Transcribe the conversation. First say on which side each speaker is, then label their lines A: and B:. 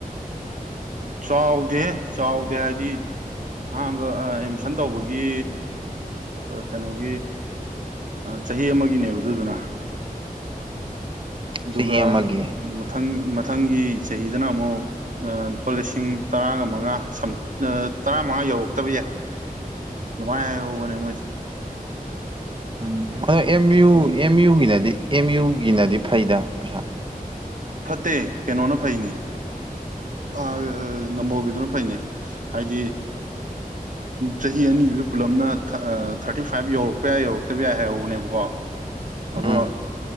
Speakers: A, on the right; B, on the right.
A: ꯆꯥꯎꯗꯦꯍꯦ ꯆꯥꯎꯗꯦ ꯍꯥꯏꯗꯤ ꯑꯍꯥꯟꯕ ꯑꯦꯗꯃꯤꯁꯟ ꯇꯧꯕꯒꯤ ꯀꯩꯅꯣꯒꯤ ꯆꯍꯤ ꯑꯃꯒꯤꯅꯦꯕ ꯑꯗꯨꯗꯨꯅ ꯑꯗꯨꯒ
B: ꯆꯍꯤ ꯑꯃꯒꯤ
A: ꯃꯊꯪ ꯃꯊꯪꯒꯤ ꯆꯍꯤꯗꯅ ꯑꯃꯨꯛ ꯂꯨꯄꯥ ꯂꯤꯁꯤꯡ ꯇꯔꯥꯒ ꯃꯉꯥ ꯁ ꯇꯔꯥꯃꯉꯥ ꯌꯧꯔꯛꯇꯕ ꯌꯥꯏ ꯑꯗꯨꯃꯥꯏꯅ ꯍꯥꯏꯍꯧꯕꯅꯦ ꯃꯣꯏꯁꯨ
B: ꯎꯝ ꯑꯗꯣ ꯑꯦꯝꯨ
A: ꯍꯥꯏꯗꯤ
B: ꯑꯦꯝꯌꯨꯒꯤꯅꯗꯤ ꯑꯦꯝꯌꯨꯒꯤꯅꯗꯤ ꯐꯩꯗ ꯄꯩꯁꯥ
A: ꯐꯠꯇꯦ ꯀꯩꯅꯣꯅ ꯐꯩꯅꯤ ꯑ ꯅꯝꯕꯣꯜꯒꯤꯗꯨꯅ ꯐꯩꯅꯦ ꯍꯥꯏꯗꯤ ꯆꯍꯤ ꯑꯅꯤꯗꯨꯗ ꯄꯨꯂꯞꯅ ꯊꯥꯔꯇꯤ ꯐꯥꯏꯚ ꯌꯧꯔꯛꯄ ꯌꯥꯏ ꯌꯧꯔꯛꯇꯕ ꯌꯥꯏ ꯍꯥꯏꯔꯧꯕꯅꯦꯕꯀꯣ ꯑꯗꯣ
B: ꯎꯝ